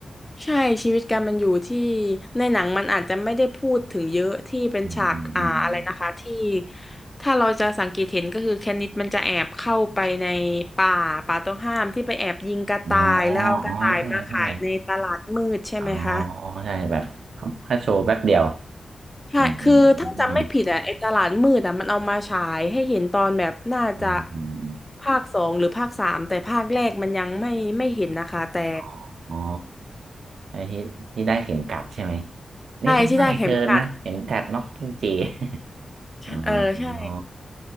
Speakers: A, on the left (about 20°); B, on the right (about 75°).
A: ใช่ชีวิตการมันอยู่ที่ในหนังมันอาจจะไม่ได้พูดถึงเยอะที่เป็นฉากอ่าอะไรนะคะที่
B: อืมอืมอืม
A: ถ้าเราจะสังเกตเห็นก็คือแคนิดมันจะแอบเข้าไปในป่าป่าต้องห้ามที่ไปแอบยิงกระต่ายแล้วเอากระต่ายมาขายในตลาดมืดใช่ไหมคะ
B: อ๋อ อ๋อ ใช่ ใช่อ๋อใช่แบบแค่โชว์แป๊บเดียว
A: ใช่คือถ้าจำไม่ผิดอ่ะไอ้ตลาดมืดอ่ะมันเอามาฉายให้เห็นตอนแบบน่าจะ
B: อืมอืมอืมอืม
A: ภาคสองหรือภาคสามแต่ภาคแรกมันยังไม่ไม่เห็นนะคะแต่
B: อ๋ออ๋อไอ้ที่ที่ได้เข็มกัดใช่ไหม
A: ใช่ที่ได้เข็มกัด
B: นี่ฉันให้เธอนะ เข็มกัดน็อกกิ้งเจ <laughs> อ๋อ
A: เออใช่
B: อ๋อ